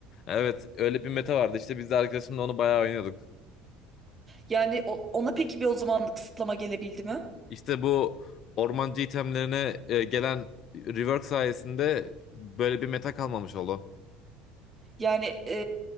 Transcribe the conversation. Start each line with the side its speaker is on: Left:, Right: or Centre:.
Left: Evet öyle bir meta vardı işte biz de arkadaşımla onu bayağı oynuyorduk.
Right: Yani o- ona peki bir o zaman kısıtlama gelebildi mi?
Left: İşte bu ormancı itemlerine e, gelen rework sayesinde böyle bir meta kalmamış oldu.
Right: Yani e,